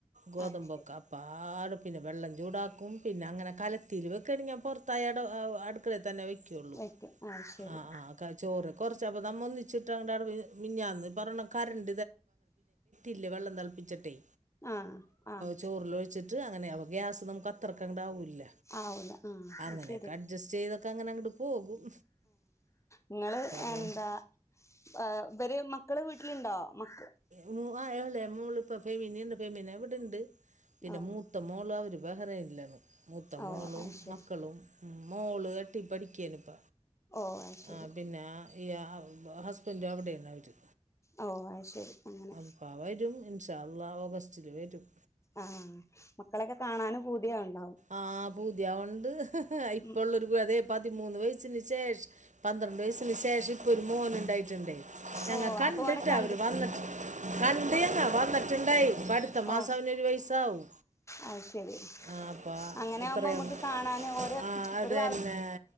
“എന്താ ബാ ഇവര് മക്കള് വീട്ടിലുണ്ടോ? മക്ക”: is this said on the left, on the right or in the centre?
Left